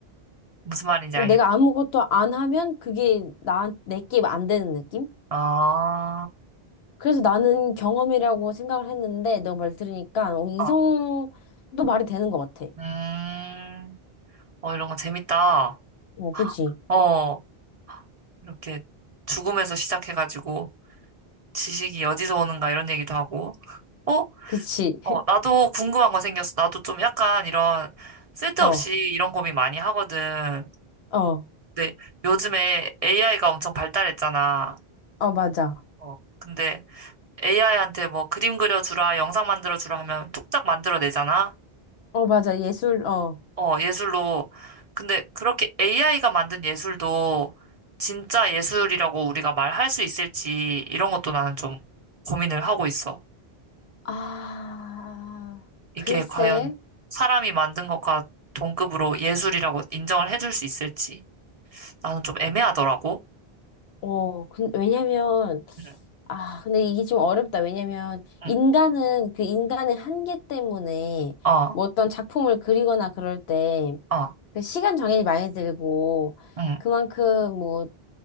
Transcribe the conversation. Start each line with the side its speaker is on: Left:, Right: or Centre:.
Right: 무슨 말인지
Left: 그리고
Right: 알겠다.
Left: 내가 아무것도 안 하면 그게 나, 내게 안 되는 느낌?
Right: 어,
Left: 그래서 나는 경험이라고 생각을 했는데 너 말 들으니까 어, 이성도
Right: 어,
Left: 말이 되는 것 같아.
Right: 음, 어, 이런 거 재밌다.
Left: 어, 그지?
Right: 어, 이렇게 죽음에서 시작해가지고 지식이 어디서 오는가 이런 얘기도 하고. 어?
Left: 그치? <laughs>
Right: 어, 나도 궁금한 거 생겼어. 나도 좀 약간 이런 쓸데없이
Left: 어,
Right: 이런 고민 많이 하거든.
Left: 어,
Right: 근데 요즘에 AI가 엄청 발달했잖아.
Left: 어, 맞아.
Right: 어, 근데 AI한테 뭐 그림 그려주라, 영상 만들어주라 하면 뚝딱 만들어내잖아.
Left: 어, 맞아. 예술, 어.
Right: 어, 예술로. 근데 그렇게 AI가 만든 예술도 진짜 예술이라고 우리가 말할 수 있을지 이런 것도 나는 좀 고민을 하고 있어.
Left: 아,
Right: 이게
Left: 글쎄.
Right: 과연 사람이 만든 것과 동급으로 예술이라고 인정을 해줄 수 있을지. 나는 좀 애매하더라고.
Left: 어, 근 왜냐면,
Right: 응,
Left: 아, 근데 이게 좀 어렵다. 왜냐면,
Right: 응,
Left: 인간은 그 인간의 한계 때문에,
Right: 어,
Left: 뭐 어떤 작품을 그리거나 그럴 때,
Right: 어,
Left: 그 시간 장애이 많이 들고,
Right: 응,
Left: 그만큼 뭐,